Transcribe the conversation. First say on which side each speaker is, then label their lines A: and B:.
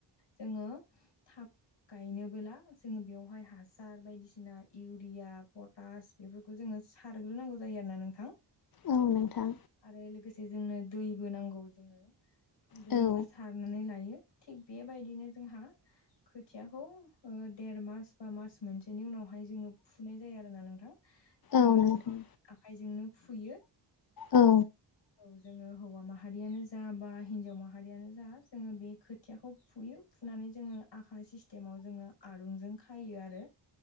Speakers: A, on the left; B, on the left.
A: जोङो थाब गायनोबोला जोङो बेवहाय हासार बायदिसिना इउरिया पट बास बेफोरखौ जोङो सारग्रोनांगौ जायो आरोना नोंथां
B: औ नोंथां
A: आरो लोगोसे जे जोंनो दैबो नांगौ जोङो दैबो
B: औ
A: सारनानै लायो थिग बेबायदिनो जोंहा खोथियाखौ देर मास बा मास मोनसेनि उनावहाय जोङो फुनाय जायो आरो आरोना नोंथां जोङो
B: औ
A: बेखौ
B: नोंथां
A: गावनि आखाइजोंनो फुयो
B: औ
A: औ जोङो हौवा माहारियानो जा बा हिनजाव माहारियानो जा जोङो बे खोथियाखौ फुयो फुनानै जोङो आखा सिस्टेमाव जोङो आरुंजों खायो आरो